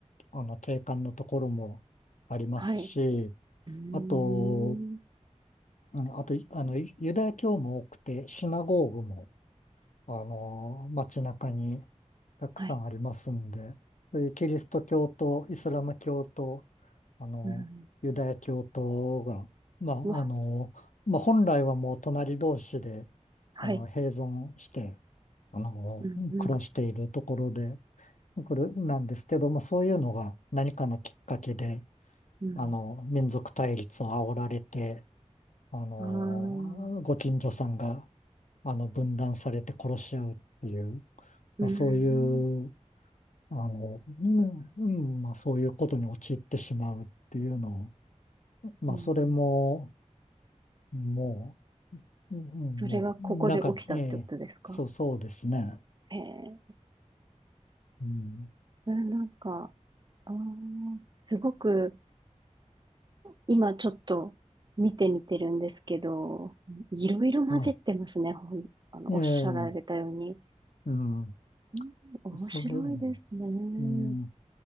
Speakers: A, on the left (about 80°); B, on the right (about 35°).
A: あの景観のところもありますし、
B: はい、うーん、
A: あと、うんあと、あの、ユダヤ教も多くて、シナゴーグもあの、街中にたくさんありますんで、
B: はい、
A: そういうキリスト教とイスラム教と、あの、
B: うん、
A: ユダヤ教徒が、まあ、
B: うわ、
A: あの、まあ、本来はもう隣同士で、
B: はい、
A: あの、併存して、あの、
B: うん、う
A: 暮らしているところで、これなんですけど、まあ、そういうのが何かのきっかけで、
B: ん、
A: あの、民族対立を煽られて、あの、
B: うん、ああ、
A: ご近所さんが、あの、分断されて殺し合うっていう、
B: うーん、
A: まあ、そういう、あの、うんうんまあ、そういうことに陥ってしまうっていうのを、まあ、
B: うん、
A: それも、もう、うんうんもう、
B: それがここで起きたってことですか
A: なんか、ね、そう、そうですね。
B: へえ、
A: うん。
B: うんなんか、ああ、すごく、今ちょっと見てみてるんですけど、いろいろ混じってますね、
A: まあ、
B: ほん、あの、
A: ええ、
B: おっしゃられたように。
A: うん。
B: うん面白いですね。
A: それ、うん。